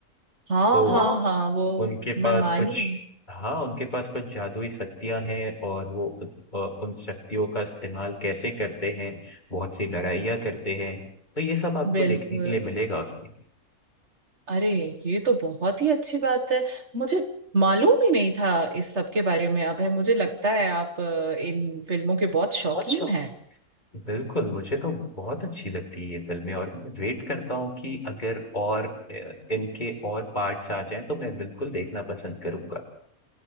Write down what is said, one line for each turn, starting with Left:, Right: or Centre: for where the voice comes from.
Right: हाँ
Left: तो
Right: हाँ
Left: हाँ
Right: हाँ हाँ, वो
Left: उनके
Right: मैं
Left: पास
Right: मानी
Left: कुछ हाँ उनके पास कुछ जादुई शक्तियां हैं और वो उन अ, उन शक्तियों का इस्तेमाल कैसे करते हैं बहुत सी लड़ाइयाँ करते हैं तो ये सब आपको
Right: बिल्कुल
Left: देखने के लिए मिलेगा उसमें
Right: अरे ये तो बहुत ही अच्छी बात है मुझे मालूम ही नहीं था इस सब के बारे में अब है मुझे लगता है आप अ, इन फिल्मों के बहुत शौकीन
Left: अच्छा
Right: हैं
Left: बिल्कुल मुझे तो बहुत अच्छी लगती है ये फिल्में और मैं वेट करता हूँ कि अगर और अ, इनके और पार्ट्स आ जाएं तो मैं बिल्कुल देखना पसंद करूंगा